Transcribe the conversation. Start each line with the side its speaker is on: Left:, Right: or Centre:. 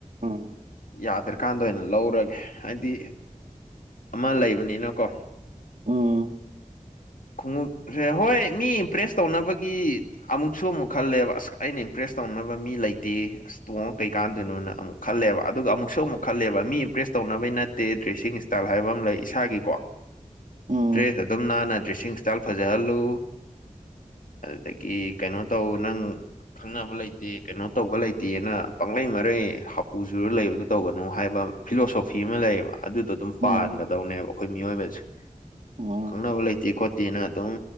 Right: ꯎꯝ
Left: ꯌꯥꯗ꯭ꯔꯀꯥꯟꯗ ꯑꯣꯏꯅ ꯂꯧꯔꯒꯦ ꯍꯥꯏꯗꯤ ꯑꯃ ꯂꯩꯕꯅꯤꯅꯀꯣ
Right: ꯑꯣ
Left: ꯈꯣꯡꯎꯞꯁꯦ ꯍꯣꯏ ꯃꯤ ꯏꯝꯄ꯭ꯔꯦꯁ ꯇꯧꯅꯕꯒꯤ ꯑꯃꯨꯛꯁꯨ ꯑꯃꯨꯛ ꯈꯜꯂꯦꯕ ꯑꯁ ꯑꯩꯅ ꯏꯝꯄ꯭ꯔꯦꯁ ꯇꯧ ꯐꯪꯅꯕ ꯃꯤ ꯂꯩꯇꯦ ꯑꯁ ꯇꯣꯡꯉꯛꯇꯩ ꯀꯥꯟꯗꯣꯏꯅꯣꯅ ꯑꯃꯨꯛ ꯈꯜꯂꯦꯕ ꯑꯗꯨꯒ ꯑꯃꯨꯛꯁꯨ ꯑꯃꯨꯛ ꯈꯜꯂꯦꯕ ꯃꯤ ꯏꯝꯄ꯭ꯔꯦꯁ ꯇꯧꯅꯕꯩ ꯅꯠꯇꯦ ꯗ꯭ꯔꯦꯁꯤꯡ ꯏꯁꯇꯥꯏꯜ ꯍꯥꯏꯕ ꯑꯃ ꯂꯩ ꯏꯁꯥꯒꯤꯀꯣ
Right: ꯎꯝ
Left: ꯗ꯭ꯔꯦꯁ ꯑꯗꯨꯝ ꯅꯥꯟꯅ ꯗ꯭ꯔꯦꯁꯤꯡ ꯏꯁꯇꯥꯏꯜ ꯐꯖꯍꯜꯂꯨ ꯑꯗꯨꯗꯒꯤ ꯀꯩꯅꯣ ꯇꯧ ꯅꯪ ꯈꯪꯅꯕ ꯂꯩꯇꯦ ꯀꯩꯅꯣ ꯇꯧꯕ ꯂꯩꯇꯦꯅ ꯄꯪꯂꯩ ꯃꯔꯩ ꯄꯨꯖꯨꯔ ꯂꯩꯕꯗꯣ ꯇꯧꯒꯅꯨ ꯍꯥꯏꯕ ꯐꯤꯂꯣꯁꯣꯐꯤ ꯑꯃ ꯂꯩꯌꯦꯕ ꯑꯗꯨꯗꯣ ꯑꯗꯨꯝ
Right: ꯎꯝ
Left: ꯄꯥꯟꯒꯗꯧꯅꯦꯕ ꯑꯩꯈꯣꯏ ꯃꯤꯑꯣꯏꯕꯗ <inaudible>
Right: ꯎꯝ
Left: ꯈꯪꯅꯕ ꯂꯩꯇꯦ ꯈꯣꯠꯇꯦꯅ ꯑꯗꯨꯝ